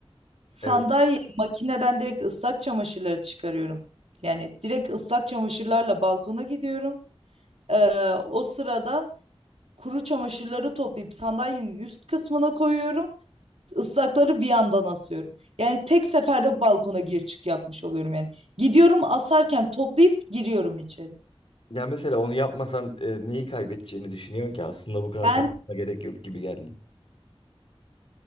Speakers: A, on the right (about 80°); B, on the left (about 60°).
A: Sandalye
B: Evet.
A: makineden direkt ıslak çamaşırları çıkarıyorum. Yani direkt ıslak çamaşırlarla balkona gidiyorum. Ee, o sırada kuru çamaşırları toplayıp sandalyenin üst kısmına koyuyorum. Islakları bir yandan asıyorum. Yani tek seferde balkona gir çık yapmış oluyorum yani. Gidiyorum asarken toplayıp giriyorum içeri.
B: Ya mesela onu yapmasan e, neyi kaybedeceğini düşünüyorsun ki aslında bu kadar
A: Ben
B: kaybetmene gerek yok gibi geldi.